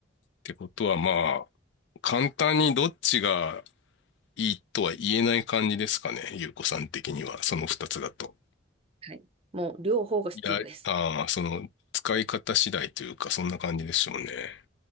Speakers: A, on the left (about 65°); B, on the right (about 30°).
A: てことはまあ、簡単にどっちがいいとは言えない感じですかね、ゆうこさん的には、その二つだと。
B: はい。もう両方が必要です。
A: いや、ああ、その、使い方次第というか、そんな感じでしょうね。